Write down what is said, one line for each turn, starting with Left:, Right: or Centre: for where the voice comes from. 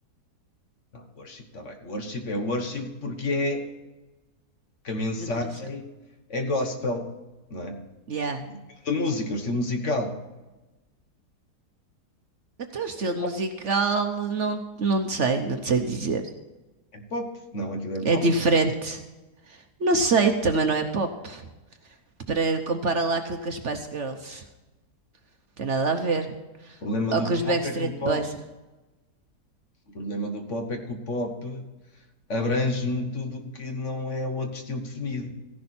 Left: Não, worship está bem. Worship é worship porque é que a mensagem
Right: De adoração.
Left: é gospel, não é?
Right: Yeah.
Left: De música, o estilo musical.
Right: Até o estilo
Left: Pop.
Right: musical, não, não sei, não sei dizer.
Left: É pop, não, aquilo é
Right: É
Left: pop.
Right: diferente. Não sei, também não é pop. Para compara lá aquilo com as Spice Girls. Tem nada a ver.
Left: O problema
Right: Ou
Left: do
Right: com
Left: pop
Right: os Backstreet
Left: é que o pop,
Right: Boys.
Left: o problema do pop é que o pop abrange tudo o que não é outro estilo definido.